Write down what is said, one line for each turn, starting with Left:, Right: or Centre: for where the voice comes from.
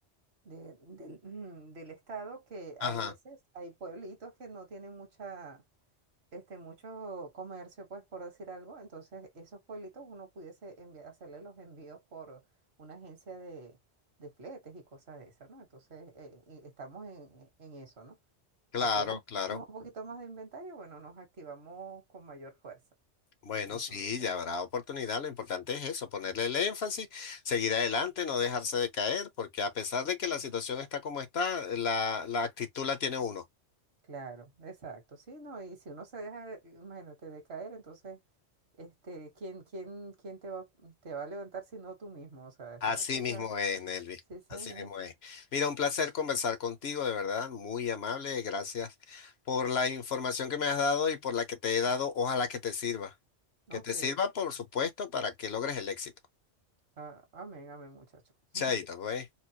Right: de- del, <clears throat> del estado, que
Left: ajá,
Right: a veces hay pueblitos que no tienen mucha este, mucho comercio, pues, por decir algo. Entonces, esos pueblitos uno pudiese enviar, hacerle los envíos por una agencia de, de fletes y cosas de esas, ¿no? Entonces, eh, y estamos en, en eso, ¿no?
Left: claro,
Right: Apenas
Left: claro.
Right: tenemos un poquito más de inventario, bueno, nos activamos con mayor fuerza.
Left: Bueno,
Right: Entonces,
Left: sí, ya habrá oportunidad. Lo importante es eso, ponerle el énfasis, seguir adelante, no dejarse de caer, porque a pesar de que la situación está como está, la, la actitud la tiene uno.
Right: claro, exacto, sí, ¿no? Y si uno se deja, imagínate, de caer, entonces, este, ¿quién, quién, quién te va, te va a levantar si no tú mismo? O sea, es
Left: Así
Right: una cosa,
Left: mismo es, Nelvi.
Right: sí, señor.
Left: Así mismo es. Mira, un placer conversar contigo, de verdad, muy amable. Gracias por la información que me has dado y por la que te he dado. Ojalá que te sirva. Que
Right: Ok.
Left: te sirva, por supuesto, para que logres el éxito.
Right: Ah, amén, amén, muchacho. <laughs>
Left: Chaito, pues.